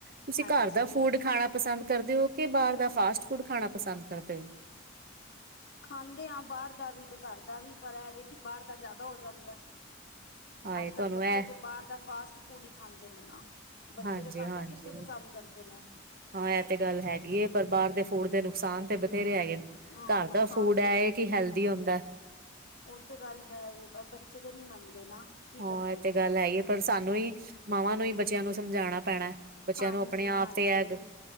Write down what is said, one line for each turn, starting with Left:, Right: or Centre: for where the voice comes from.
Right: ਤੁਸੀਂ
Left: ਹਾਂਜੀ
Right: ਘਰ ਦਾ ਫੂਡ ਖਾਣਾ ਪਸੰਦ ਕਰਦੇ ਓ ਕਿ ਬਾਰ ਦਾ ਫਾਸਟ ਫੂਡ ਖਾਣਾ ਪਸੰਦ ਕਰਦੇ ਹਓ।
Left: ਖਾਂਦੇ ਆ ਬਾਰ ਦਾ ਵੀ ਤੇ ਘਰ ਦਾ ਵੀ ਪਰ ਐਵੇਂ ਕਿ ਬਾਰ ਦਾ ਜ਼ਿਆਦਾ ਹੋ ਜਾਂਦਾ ਹੈ
Right: ਹਾਏ
Left: ਅੱਜਕੱਲ੍ਹ
Right: ਤੁਹਾਨੂੰ
Left: ਦੇ ਬੱਚੇ
Right: ਇਹ
Left: ਤੇ ਬਾਹਰ ਦਾ ਫਾਸਟ ਫੂਡ ਹੀ ਖਾਂਦੇ ਨੇ ਨਾ ਬੱਚੇ
Right: ਹਾਂਜੀ
Left: ਤੇ ਘਰ
Right: ਹਾਂਜੀ
Left: ਦਾ ਕਿੱਥੇ ਪਸੰਦ ਕਰਦੇ ਨੇ
Right: ਹਾਂ ਇਹ ਤੇ ਗੱਲ ਹੈਗੀ ਹੈ ਪਰ ਬਾਹਰ ਦੇ ਫੂਡ ਦੇ ਨੁਕਸਾਨ ਤੇ ਬਥੇਰੇ ਹੈਗੇ ਨੇ
Left: ਹਾਂ
Right: ਘਰ
Left: ਨੁਕਸਾਨ
Right: ਦਾ ਫੂਡ ਹੈ ਕਿ ਹੈਲਦੀ ਹੁੰਦਾ
Left: ਓ ਤੇ ਗੱਲ ਹੈ ਵੇ ਪਰ ਬੱਚੇ ਤੇ ਨਹੀ ਮੰਨਦੇ ਨਾ ਕੀ
Right: ਹਾਂ
Left: ਕਰੀਏ
Right: ਇਹ ਤੇ ਗੱਲ ਹੈ ਇਹ ਪਰ ਸਾਨੂੰ ਹੀ ਮਾਵਾਂ ਨੂੰ ਹੀ ਬੱਚਿਆਂ ਨੂੰ ਸਮਝਾਉਣਾ ਪੈਣਾ ਬੱਚਿਆਂ
Left: ਹਾਂਜੀ
Right: ਨੂੰ ਆਪਣੇ ਆਪ
Left: ਹਾਂਜੀ।
Right: ਤੇ ਐ